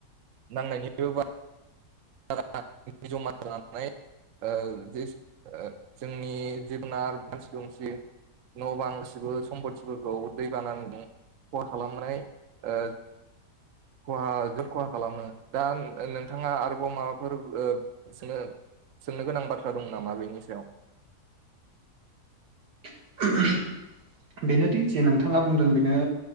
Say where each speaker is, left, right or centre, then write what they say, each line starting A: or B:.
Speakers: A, on the right; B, on the right.
A: नांनायनिबो बारा दै जमा जानानै ओ ज जोंनि जबुनार मानसि दुमसि न' बां सुबुं सम्पथिफोरखौ दै बानानानै दं <unintelligible> फन खालामनाय ओ खहा जोबोद खहा खालामो दा नोंथाङा आरो माबाफोर ओ स सोंनो गोनां बाथ्रा दं नामा बेनि सायाव?
B: <inaudible> बेनोदि जे नोंथाङा बुंदों बेनो